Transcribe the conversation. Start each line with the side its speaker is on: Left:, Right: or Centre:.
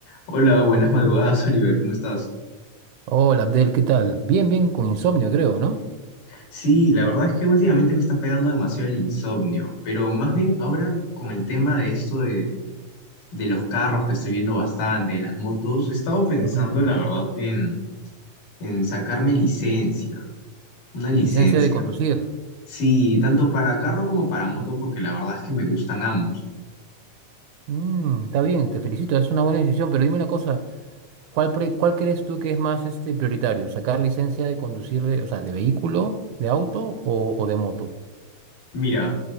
Left: Hola, buenas madrugadas, <laughs> Oliver, ¿cómo estás?
Right: Hola Abdel, ¿qué tal? Bien, bien, con insomnio creo, ¿no?
Left: Sí, la verdad es que últimamente me está pegando demasiado el insomnio, pero más bien ahora con el tema de esto de, de los carros que estoy viendo bastante, de las motos, he estado pensando,
Right: Ujú.
Left: la verdad, en, en sacarme licencia, una licencia.
Right: Licencia de conducir.
Left: Sí, tanto para carro como
Right: Mm,
Left: para moto, porque la verdad es que me gustan ambos.
Right: mm, está bien, te felicito, es una buena decisión, pero dime una cosa, ¿cuál, pre- cuál crees tú que es más este, prioritario? ¿Sacar licencia de conducir, de- o sea, de vehículo, de auto o, o de moto?
Left: Mira,